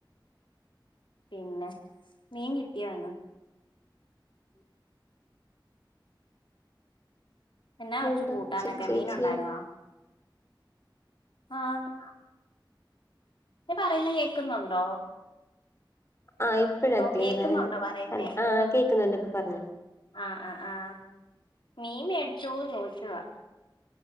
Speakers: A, on the left (about 75°); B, on the left (about 30°).
A: പിന്നെ മീൻ കിട്ടിയോ ഇന്ന് എന്നാ വെച്ചു
B: ഉണ്ടോ
A: കൂട്ടാനൊക്കെ
B: ചേ ചേച്ചിയോ
A: മീന ഉണ്ടായിരുന്നോ ആഹ പറയുന്ന കേൾക്കുന്നുണ്ടോ
B: ആഹ ഇപ്പോഴാ ക്ലിയർ
A: കേക്കുന്നുണ്ടോ
B: ആയന്ന്
A: പറയുന്നേ
B: ആഹ കേക്കുന്നുണ്ട് ഇപ്പൊ പറഞ്ഞു
A: ആഹ് ആഹ് ആഹ മീൻ മേടിച്ചുന്ന് ചോദിച്ചവാ